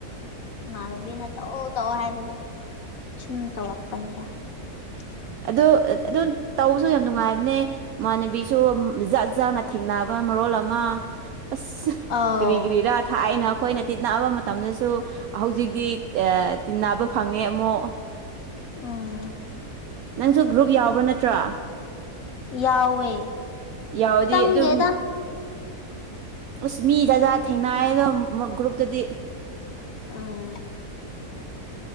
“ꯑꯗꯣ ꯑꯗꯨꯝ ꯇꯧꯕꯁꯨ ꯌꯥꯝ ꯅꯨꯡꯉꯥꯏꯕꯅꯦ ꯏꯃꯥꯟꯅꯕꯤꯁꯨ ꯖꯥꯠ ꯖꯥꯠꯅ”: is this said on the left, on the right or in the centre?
Right